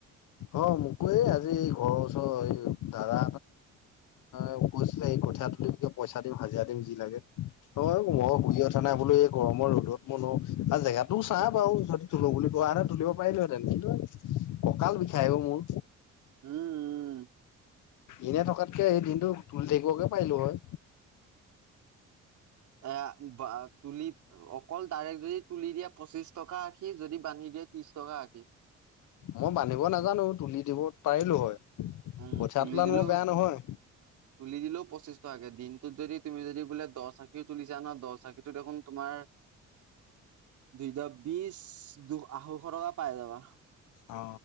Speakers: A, on the left; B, on the right.
A: অ মোককো এই আজি এই ঘৰৰ ওচৰৰ এই দাদা এটা কৈছিলে এই কঠীয়া তুলিমকে পইচা দিম হাজিৰা দিম যি লাগে অ মই শুইয়ে উঠা নাই গৰমৰ ৰ'দত মইনো আৰু জেগাতটোও ছা বাৰু যদি তোলো বুলি কোৱাে তুলিব পাৰিলোহেতেন কিন্তু কঁকাল বিষায় ও মোৰ
B: উম উম
A: এনে থকাতকে দিনটো তুলি থাকিবকে পাৰিলো হয়
B: এ তুলি অকল ডাইৰেক্ট যদি তুলি দিয়ে পঁচিশ টকা আশি যদি বান্ধি ত্ৰিশটকা আশি
A: মই বান্ধিব নাজানো তুলি দিব পাৰিলো হয়
B: উম
A: কঠীয়া
B: তুলি
A: তোলাত
B: দিলোঁ
A: মই বেয়া নহয়।
B: তুলি দিলেও পঁচিশ টকাকে দিনটোত যদি তুমি যদি বোলে দহ চাখি তুলিছা ন দহ চাখিটো দেখোন তোমাৰ দুইটা বিশ দু আঢ়ৈশ টকা পাই যাবা
A: অ